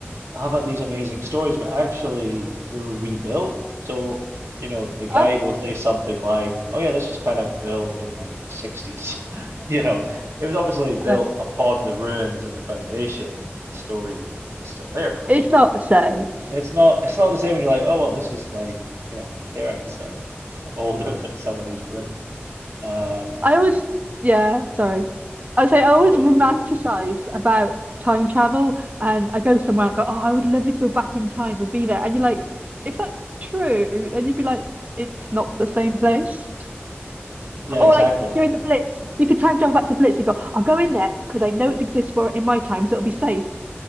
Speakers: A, on the right; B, on the right.
A: have uh, these amazing stories, but actually they were rebuilt. So, you know, the guide
B: Oh,
A: will say something like, "Oh yeah, this was kind of built in like the 60s." <laughs> You know, it was obviously built
B: oh,
A: upon the ruins and the foundation, and the story is still there, of course,
B: it's
A: but
B: not the same.
A: it's not it's not the same when you're like, "Oh well, this is like, you know, my parents are <laughs> older than some of these bricks." Um,
B: I always, yeah, sorry. I say I always
A: how about
B: romanticize
A: you? Alistair?
B: about time travel, and I go somewhere. I go, oh, I would love to go back in time and be there. And you're like, if that's true, then you'd be like, it's not the same place.
A: Yeah,
B: Or
A: exactly.
B: like you're in the Blitz, you could time travel back to Blitz. You go, I'll go in there because I know it exists for in my time, so it'll be safe.